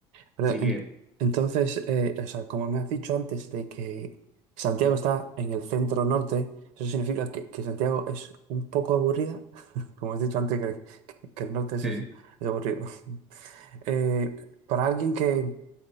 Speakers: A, on the right; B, in the centre.
A: Pero
B: Así
A: en-
B: que...
A: entonces, eh, o sea, como me has dicho antes de que Santiago está en el centro norte, eso significa que, que Santiago es un poco aburrida. <laughs> Como has dicho antes, que, que- que el norte es,
B: sí.
A: es aburrido. <laughs> Eh, para alguien que,